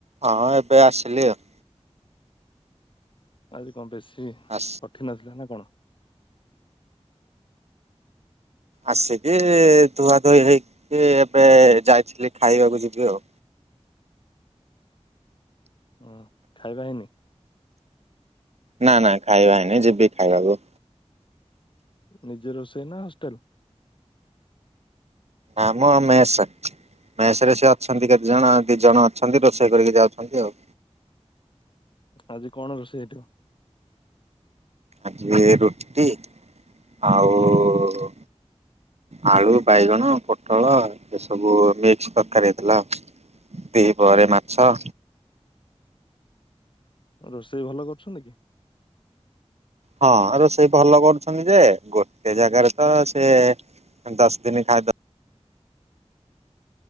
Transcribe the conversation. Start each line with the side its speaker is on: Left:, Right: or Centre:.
Right: ହଁ ଏବେ ଆସିଲି ଆଉ।
Left: ଆଜି କ ବେଶୀ।
Right: ଆସ୍
Left: କଠିନ ଥିଲା ନା କଣ?
Right: ଆସିକି ଧୁଆ ଧୁଇ ହେଇକି ଏବେ ଯାଇଥିଲି ଖାଇବାକୁ ଯିବି ଆଉ।
Left: ହୁଁ। ଖାଇବା ହେଇନି।
Right: ନା ନା ଖାଇବାହେଇନି। ଯିବି ଖାଇବାକୁ।
Left: ନିଜେ ରୋଷେଇ ନା ହଷ୍ଟେଲ।
Right: ନା ମୋ ମେସ। ମେସ ରେ ସେ ଅଛନ୍ତି କେତେ? ଜଣ ଦି ଜଣ ଅଛନ୍ତି ରୋଷେଇ କରିକି ଯାଉଛନ୍ତି ଆଉ।
Left: ଆଜି କଣ ରୋଷେଇ ହେଇଠିବ।
Right: ଆଜି ରୁଟି ଆଉ ଆଳୁ ବାଇଗଣ ପୋଟଳ ଏ ସବୁ ମିକ୍ସ ତରକାର ହେଇଥିଲା ଆଉ। ଦି ପହରେ ମାଛ।
Left: ରୋଷେଇ ଭଲ କରୁଛନ୍ତି।
Right: ହଁ ରୋଷେଇ ଭଲ କରୁଛନ୍ତି ଯେ, ଗୋଟେ ଜାଗାରେ ତ ସେ ଦଶ ଦିନି ଖାଇଦ